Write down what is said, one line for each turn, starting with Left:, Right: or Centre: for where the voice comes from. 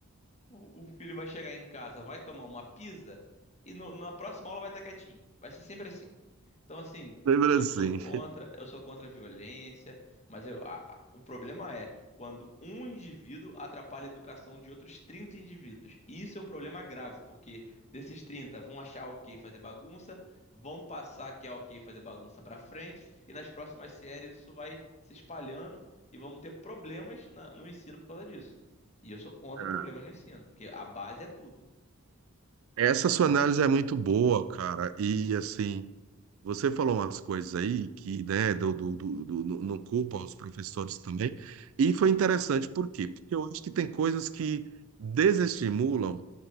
Left: O, o filho vai chegar em casa, vai tomar uma pizza e no- na próxima aula vai estar quietinho. Vai ser sempre assim. Então, assim,
Right: Lembra
Left: eu
Right: assim.
Left: sou contra, eu sou contra a violência, mas eu, a- a- o problema é quando um indivíduo atrapalha a educação de outros 30 indivíduos. Isso é um problema grave, porque desses 30 vão achar ok fazer bagunça, vão passar que é ok fazer bagunça pra frente, e nas próximas séries isso vai se espalhando e vamos ter problemas na- no ensino por causa disso. E eu sou contra
Right: É.
Left: problemas no ensino, porque a base é tudo.
Right: Essa sua análise é muito boa, cara. E assim, Você falou umas coisas aí que, né, do, do, do, do- no- não culpa os professores também, e foi interessante, por quê? Porque eu acho que tem coisas que desestimulam